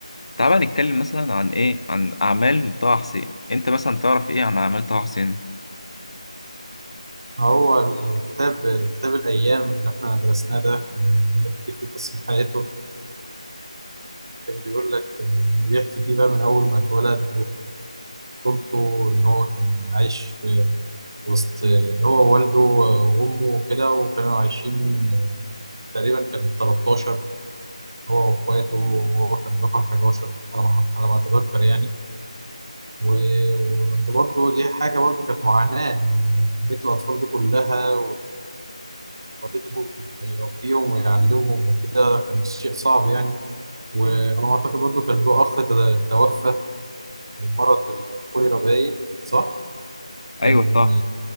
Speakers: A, on the left; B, on the right.
A: تعال بقى نتكلم مثلا عن ايه عن اعمال طه حسين انت مثلا تعرف ايه عن اعمال طه حسين
B: هو الكتاب كتاب الأيام اللي إحنا درسناه ده كان بيحكي فيه قصة حياته كان بيقول لك إن بيحكي فيه بقى من أول ما اتولد وطفولته إن هو كان عايش وسط هو ووالده وأمه وكده وكانوا عايشين تقريبا كان 13 هو وإخواته وهو كان رقم 11 على ما على ما أتذكر يعني و- وبرضه دي حاجة برضه كانت معاناة إن كمية الأطفال دي كلها والدهم ويربيهم ويعلمهم وكده كان شيء صعب يعني وأنا ما أعتقد برضه كان له أخ تد- توفى بمرض الكوليرا باين صح؟
A: ايوه
B: كان
A: طه